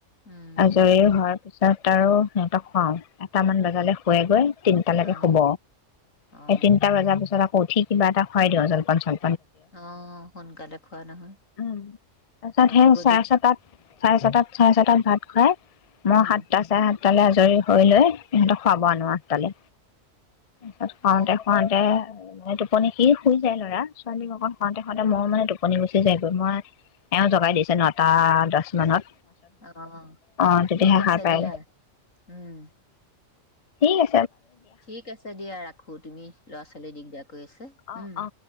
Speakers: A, on the left; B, on the left.
A: উম
B: আজৰি হয় তাৰপিছত আৰু, সিহঁতক খুৱাওঁ, এটামান বজালে শুৱেগৈ তিনটালৈকে
A: অ
B: হুব,
A: অ
B: স তিনটা বজাৰ পিছত আকৌ ঠিক কিবা এটা খাই দিওঁ জলপান চল
A: অ সোনকাল দেখওুৱা নহয়।
B: তাৰপিছত
A: আকৌ
B: সেই
A: গ
B: চাৰে ছটাত-চাৰে ছটাত-চাৰে ছটাত ভাত খুৱাই মই
A: উম
B: সাতটা, চাৰে সাত তালে আজৰি হৈ লৈ ইহঁতক খুৱাব আনো আঠ'টা লে। ভাত খুৱওতে-খুৱওঁতে
A: অ
B: টোপনি সি শুই যায়, ল'ৰা ছোৱালীককন হোওঁতে-হোওঁতে মো মানে টোপনি গুচি যায় গৈ, মই এওঁ জগাই দিছে ন এটা দচ মানত
A: অ,
B: অ' তেতিয়াহে
A: ঠিক আছে
B: সাৰ পাই
A: দিয়া। উম,
B: ঠিকে
A: ঠিক আছে দিয়া ৰাখো, তুমি--ল'ৰা ছোৱালীয়ে দিগদেয়া কৰি আছে।
B: অ-অ-অ
A: উম